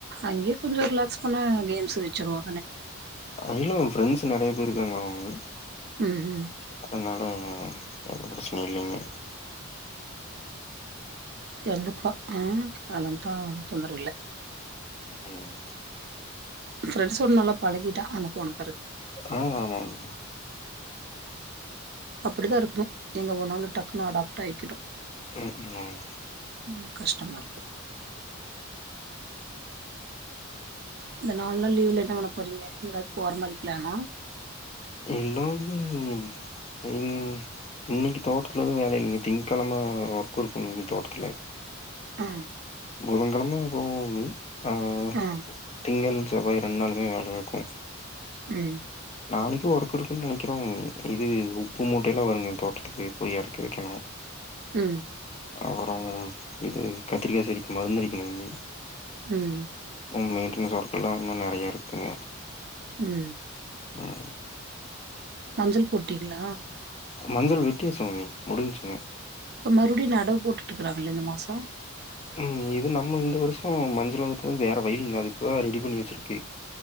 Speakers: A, on the right (about 50°); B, on the left (about 30°).
A: அங்கே கொஞ்ச ரிலாக்ஸ் பண்ண கேம்ஸ் வெச்சுருவா
B: அ இல்ல மேம் ஃப்ரெண்ட்ஸ் நெறைய பேரு இருக்காங்களா மேம்
A: ம் ம்
B: அதனால எந்த பிரச்சனையு இல்லைங்க
A: தெந்துக்கு ஆஹ் அலன்த்தா தொந்தரவு இல்ல
B: உம்
A: ஃப்ரெண்ட்ஸோட நல்லா பழகிட்டா அங்க போணு
B: ஆ ஆமாங்
A: அப்டிதா இருக்கணு எங்க போனாலு டக்குன்னு அடாப்ட் ஆயிக்கனு
B: ம் ம்.
A: இல்லனா கஷ்டமா இருக்கு இந்த நாலு நாள் லீவ்ல என்ன பண்ண போறீங்க எங்காது போற மாரி பிளானா
B: எல்லாமே உம் உம் இன்னைக்கு தோட்த்துல எது வேல இல்ல திங்கெழம ஒர்க் இருக்கு இனி தோட்டத்துல
A: ஆஹ்
B: புதங்கெழம போவோமே ஆஹ்
A: ஆ
B: திங்கள் செவ்வாய் ரெண்ட் நாளுமே வேல இருக்கு
A: உம்
B: நாளைக்கு ஒர்க் இருக்குன்னு நினைக்கிறோங் இது உப்பு மூட்டையலா வருங் தோட்டத்துக்கு போயி எறக்கி வெக்கணு
A: ம்
B: அப்புறோ இது கத்திரிக்கா செடிக்கு மருந்து அடிக்கணுங் அண்ணி
A: ம்
B: இன்னு மெயின்டெனன்ஸ் ஒர்க்கெல்லா இன்னு நெறயா இருக்குங்க
A: உம்
B: ம்
A: மஞ்சள் போட்டீங்ளா
B: மஞ்சள் வெட்டியாசு மம்மி முடிஞ்ச்சுங்க
A: இப்ப மறுபடியு நடவு போட்டுட்டு இருக்கறாங்ளா இந்த மாசோ
B: உம் இது நம்ம இந்த வருஷொ மஞ்சள் வந்துட்டு வேற வயலுங்க அது இப்பதா ரெடி பண்ணி வச்சிருக்கு